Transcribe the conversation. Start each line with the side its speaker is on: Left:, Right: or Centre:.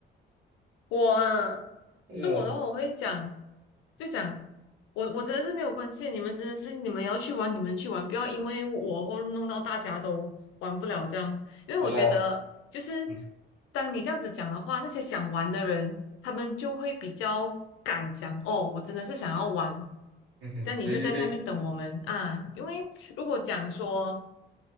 Left: 我啊，
Right: <laughs> 呃，
Left: 是我的话，我会讲。就想我我真的是没有关系，你们真的是你们要去玩，你们去玩，不要因为我或弄到大家都玩不了这样。因为我觉得，
Right: 是啊，
Left: 就是
Right: 嗯
Left: 当你这样子讲的话，那些想玩的人，他们就会比较敢讲哦，我真的是想要玩，
Right: 嗯哼，
Left: 这样你就在下面等我们啊。
Right: 对对对，
Left: 因为如果讲说